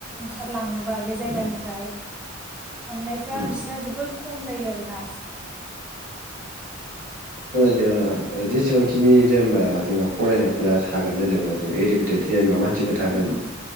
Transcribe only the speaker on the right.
उम
उम
जोङो जेसेबांखिनि जेनेबा जोंहा फरायनायफ्रा थागोन जेनेबा जों इडुकेटेड जेनेबा मानसिफोर थागोन